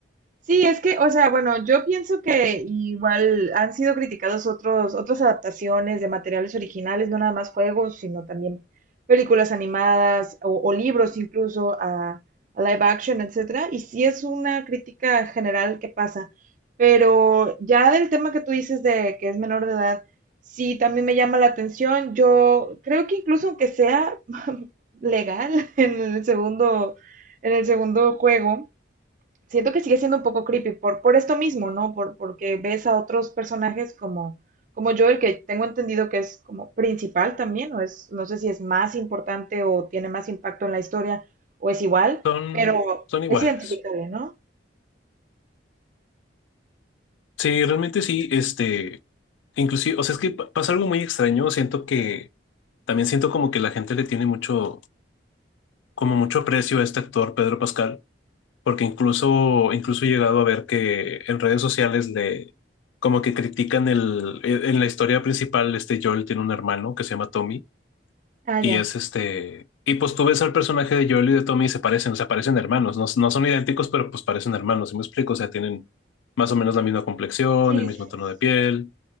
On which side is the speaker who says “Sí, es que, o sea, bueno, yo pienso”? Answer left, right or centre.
Right